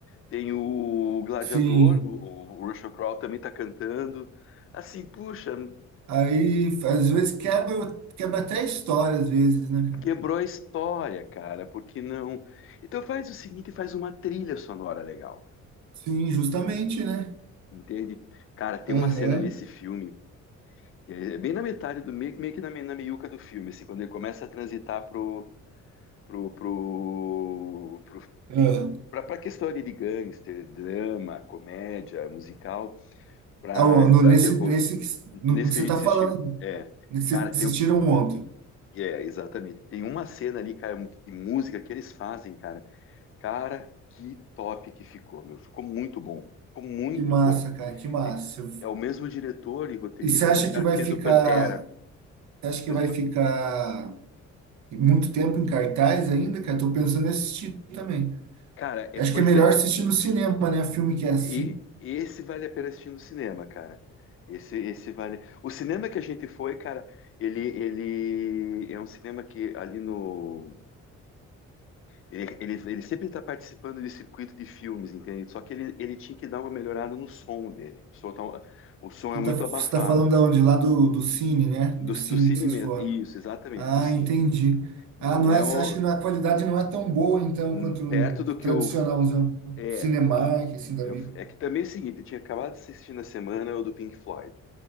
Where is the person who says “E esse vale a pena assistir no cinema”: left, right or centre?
Left